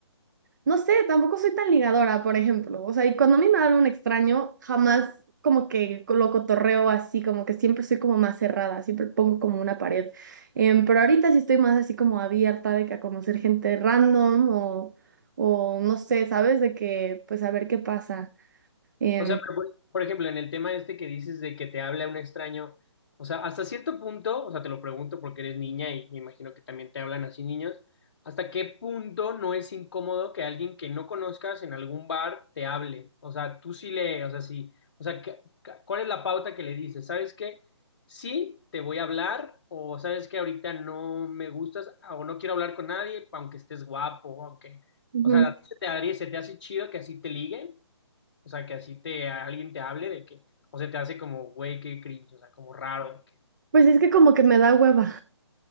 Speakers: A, on the right; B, on the left.
A: No sé, tampoco soy tan ligadora, por ejemplo. O sea, y cuando a mí me habla un extraño, jamás como que lo cotorreo así, como que siempre soy como más cerrada, siempre pongo como una pared. Em, pero ahorita sí estoy más así como abierta de que a conocer gente random o, o no sé, ¿sabes? De que pues a ver qué pasa. Em,
B: O sea, pero por, por ejemplo, en el tema este que dices de que te habla un extraño, o sea, hasta cierto punto, o sea, te lo pregunto porque eres niña y me imagino que también te hablan así niños, ¿hasta qué punto no es incómodo que alguien que no conozcas en algún bar te hable? O sea, tú sí le, o sea, sí, o sea, ¿qué- qué- ¿cuál es la pauta que le dices? ¿Sabes qué? Sí, te voy a hablar, o sabes que ahorita no me gustas o no quiero hablar con nadie, aunque estés guapo, aunque,
A: ujú.
B: o sea, ¿a ti se te haría- se te hace chido que así te liguen? O sea, que así te alguien te hable de que, o se te hace como, güey, qué cringe, o sea, como raro de que.
A: Pues es que como que me da hueva.